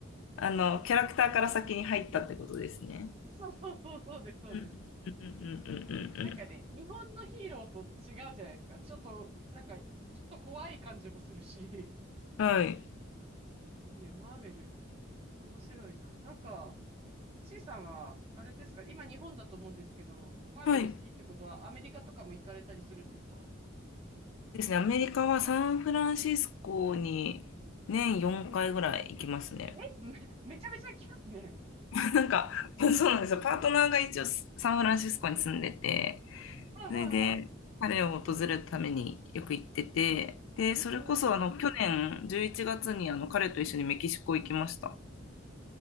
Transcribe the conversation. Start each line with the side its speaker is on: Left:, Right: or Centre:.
Left: あの、キャラクターから先に入ったってことですね。
Right: そうそうそう、そうです、そうです。
Left: うん、うん、うん、うん、うん
Right: なんかね、日本のヒーローと違うじゃないですか。ちょっと、なんか、ちょっと怖い感じもするし、
Left: うん。はい。
Right: ね、マーベル、面白いな。なんか、ちいさんは、あれですか、今日本だと思うんですけど、マーベル好きってことはアメリカとかも行かれたりするんですか
Left: はい。ですね。アメリカはサンフランシスコに年4回ぐらい行きますね。
Right: うんえ、め、めちゃめちゃ行きますね。
Left: <laughs> なんか、そうなんですよ。パートナーが一応サンフランシスコに住んでて、
Right: はいはいはい。
Left: それで、彼を訪れるためによく行ってて、で、それこそあの、
Right: おお。
Left: 去年11月にあの、彼と一緒にメキシコ行きました。